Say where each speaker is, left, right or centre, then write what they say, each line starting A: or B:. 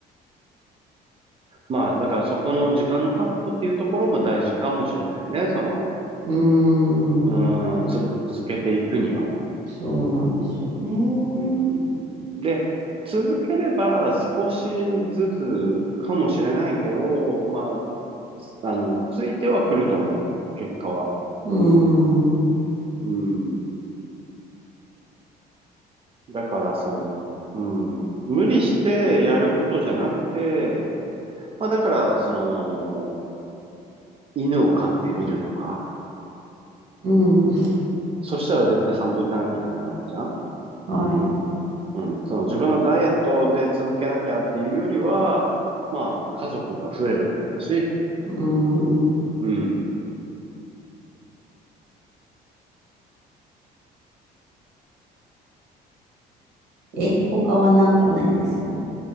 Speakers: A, on the right; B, on the right.
A: まあ、だからそこの時間の確保っていうところも大事かもしれないね。その、
B: うー
A: うーん、
B: ん、
A: 続けていくには。
B: そうなんですよね。
A: うーん。で、続ければ少しずつかもしれないけど、まあ、あの、ついてはくると思う。結果は。
B: うーん、
A: うん。だからその、うん、無理してやることじゃなくて、まあだからその、犬を飼ってみるとか、
B: うん、
A: そしたら絶対散歩行かなきゃいけないわけじゃん
B: はい。
A: うん、その自分のダイエットで続けなきゃっていうよりは、まあ家族が増えるわけだし、
B: うーん。
A: うん。
B: え、他はなんかないですか